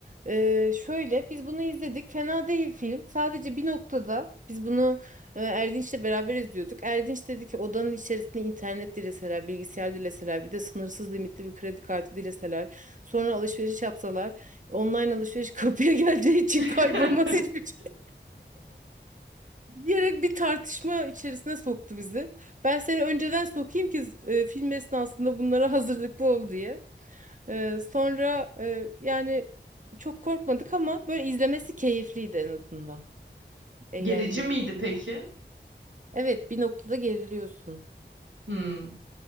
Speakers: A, on the right; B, on the right.
A: eee, şöyle biz bunu izledik. Fena değil film. Sadece bir noktada biz bunu e, Erdinç'le beraber izliyorduk. Erdinç dedi ki odanın içerisinde internet dileseler, bilgisayar dileseler, bir de sınırsız limitli bir kredi kartı dileseler, sonra alışveriş yapsalar, online alışveriş <laughs> kapıya geleceği için
B: <laughs>
A: kaybolmaz hiçbir şey diyerek bir tartışma içerisine soktu bizi. Ben seni önceden sokayım ki e, film esnasında bunlara hazırlıklı ol diye. Ee, sonra e, yani çok korkmadık ama böyle izlemesi keyifliydi en azından. Eğlenceli.
B: Gerici miydi peki?
A: Evet, bir noktada geriliyorsun.
B: Hmm.